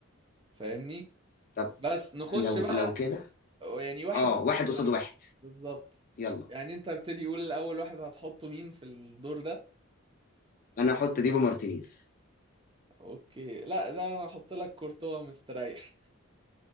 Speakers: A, on the right (about 25°); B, on the left (about 40°).
A: فاهمني
B: طب
A: بس نخش
B: لو
A: بقى
B: لو كده
A: يعني واحد
B: اه
A: قصاد
B: واحد
A: واحد
B: قصاد واحد
A: بالظبط
B: يلا
A: يعني انت ابتدي قول الاول واحد هتحطه مين في الدور ده
B: انا احط ديبو مارتينيز
A: اوكي لا ده انا هحط لك كورتوا مستريح